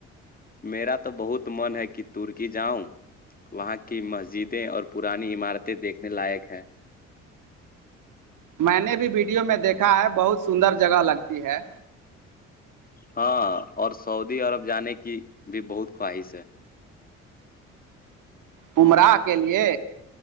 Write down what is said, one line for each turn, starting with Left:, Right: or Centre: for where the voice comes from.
Left: میرا تو بہت من ہے کہ ترکی جاؤں وہاں کی مسجدیں اور پرانی عمارتیں دیکھنے لائق ہیں
Right: میں نے بھی ویڈیو میں دیکھا ہے بہت سندر جگہ لگتی ہے
Left: ہاں اور سعودی عرب جانے کی بھی بہت خواہش ہے
Right: عمرہ کے لیے